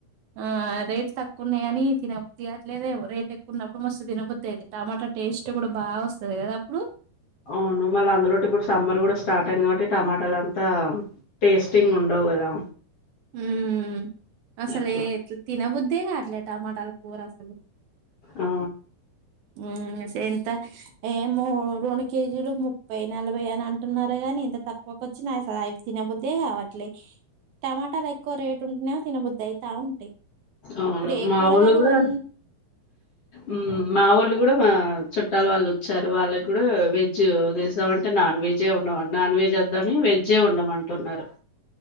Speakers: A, on the right; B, on the left.
A: ఆ రేట్ తక్కువ కున్నాయ అని తిన్నవుధికవత్లెధు ఎమో రేట్ ఏక్ కున్నప్పుడు మస్తు తినబద్దిది టమాటా టేస్ట్ కూడా బా వస్తు సరే కదా అప్పుడు
B: అవును మళ్ళీ అందులో ఇప్పుడు సమ్మర్ కూడా స్టార్ట్ అయింది కాబట్టి టమాటాలు అంతా టేస్టింగ్ ఉండవు కదా
A: ఉమ్ అసలు
B: అట్లా
A: ఏ తిన బుద్ అంతే కావట్లే టమాటాల కూర అసలు
B: ఆ
A: ఉమ్ సేంతా ఏ మూడు రెండు కేజీలు ముప్పై నలభై అని అంటున్నారా గాని ఇంత తక్కువక వచ్చి నాసయి తినబద్దే కావట్లే టమాటాలు ఎక్కువ రేట్ ఉంటేనే తినబద్దు అవుతా ఉంటాయి
B: అవును
A: ఇప్పుడు ఏ
B: మా
A: కూరగాయలు
B: వాళ్ళు కూడా
A: కొన్
B: ఉమ్ మా వాళ్ళు కూడా మా చె చుట్టాలు వాళ్ళు వచ్చారు వాళ్ళకి కూడా వెజ్ తీస్తామంటే నాన్ వెజ్ ఏ ఉండం నాన్ వెజ్ వద్దామని వెజ్జే వందం అంటున్నారు